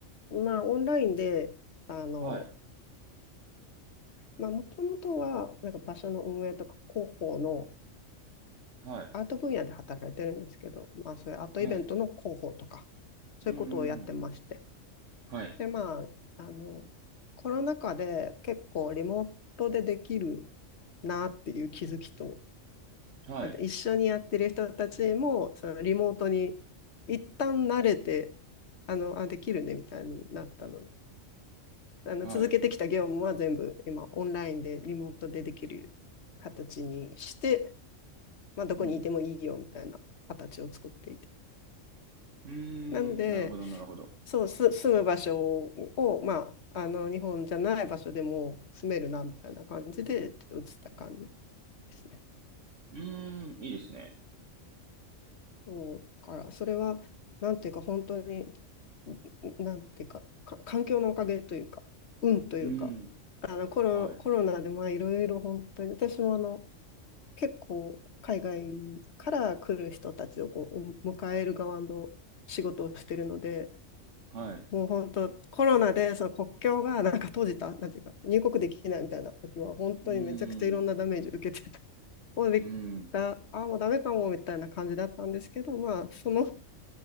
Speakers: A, on the left; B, on the right.
A: まあ、オンラインで、あの、
B: はい、
A: まあ、もともとは、なんか場所の運営とか広報の
B: はい、
A: アート分野で働いてるんですけど、まあ、そういうアートイベントの広報とか、
B: はい。
A: そういうことをやってまして。
B: うん、うんうん、はい、
A: で、まあ、あの、コロナ禍で結構リモートでできるなっていう気づきと、
B: はい、
A: あと一緒にやってる人たちも、そのリモートに一旦慣れて、あの、あ、できるねみたいになったので、あの続けてきた業務は全部今オンラインでリモートでできる形にして、
B: はい。
A: まあ、どこにいてもいいよみたいな形を作っていて。
B: うん。うーん、
A: なので、
B: なるほど、なるほど。
A: そう、す住む場所を、まあ、あの日本じゃない場所でも住めるなみたいな感じで、ちょっと移った感じですね。
B: うーん、いいですね。
A: そうからそれはなんていうか本当になんていうかか環境のおかげというか運というかあのコロ、
B: うーん、はい、
A: コロナでまあいろいろ本当に私もあの結構海外から来る人たちをこう迎える側の仕事をしてるので
B: はい。
A: もう本当コロナでその国境がなんか閉じたなんていうか入国できないみたいな時は本当にめちゃくちゃいろんなダメージを受けてた。
B: うーん、
A: もうできた
B: うん、
A: <laughs> あもうダメかもみたいな感じだったんですけどまあその